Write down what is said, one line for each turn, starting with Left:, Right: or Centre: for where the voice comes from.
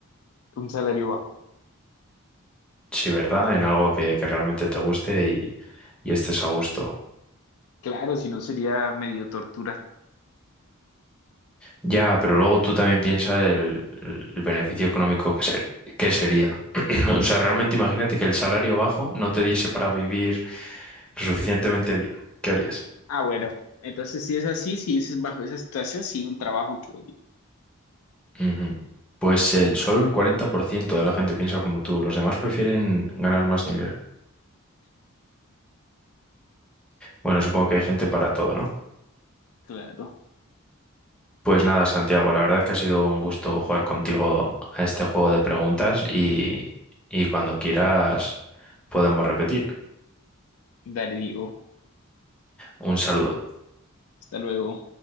Left: Un salario bajo.
Centre: Sí, ¿verdad? En algo que, que realmente te guste y, y estés a gusto.
Left: Claro, si no sería medio tortura.
Centre: Ya, pero luego tú también piensas el, el- el beneficio económico que, ser- que sería. <clears throat> O sea, realmente imagínate que el salario bajo no te diese para vivir lo suficientemente bien. ¿Qué harías?
Left: Ah, bueno, entonces si es así, si es bajo esa situación, sí, un trabajo que odio.
Centre: Ujú. Pues el solo el 40% de la gente piensa como tú, los demás prefieren ganar más dinero. Bueno, supongo que hay gente para todo, ¿no?
Left: Claro.
Centre: Pues nada, Santiago, la verdad que ha sido un gusto jugar contigo a este juego de preguntas y, y cuando quieras podemos repetir.
Left: Dale, digo.
Centre: Un saludo.
Left: Hasta luego.